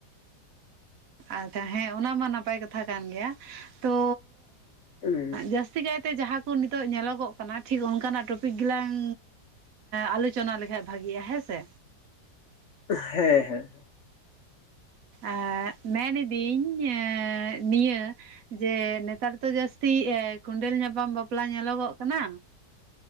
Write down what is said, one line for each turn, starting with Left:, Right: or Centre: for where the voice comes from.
Right: ᱟᱪᱪᱷᱟ ᱦᱮᱸ ᱚᱱᱟᱢᱟ ᱱᱟᱯᱟᱭ ᱠᱟᱱ ᱜᱮᱭᱟ, ᱛᱚ
Left: ᱦᱩᱸ
Right: ᱡᱟᱹᱥᱛᱤ ᱠᱟᱭᱛᱮ ᱡᱟᱦᱟᱸ ᱠᱚ ᱱᱤᱛᱚᱜ ᱧᱮᱞᱚᱜᱚᱜ ᱠᱟᱱᱟ ᱴᱷᱤᱠ ᱚᱱᱠᱟᱱᱟᱜ ᱴᱚᱯᱤᱠ ᱜᱮᱞᱟᱝ ᱟᱞᱳᱪᱚᱱᱟ ᱞᱮᱠᱷᱟᱡ ᱵᱷᱟᱜᱤᱜᱼᱟ ᱦᱮᱸ ᱥᱮ
Left: ᱦᱮᱸ ᱦᱮᱸ,
Right: ᱟᱸ ᱢᱮᱱᱤᱫᱤᱹᱧ ᱮᱸ ᱱᱤᱭᱟᱹ ᱡᱮ ᱱᱮᱛᱟᱨ ᱫᱚ ᱡᱟᱹᱥᱛᱤ ᱠᱩᱸᱰᱮᱞ ᱧᱟᱯᱟᱢ ᱵᱟᱯᱞᱟ ᱧᱮᱞᱚᱞᱚ-ᱜᱚᱜ ᱠᱟᱱᱟ᱾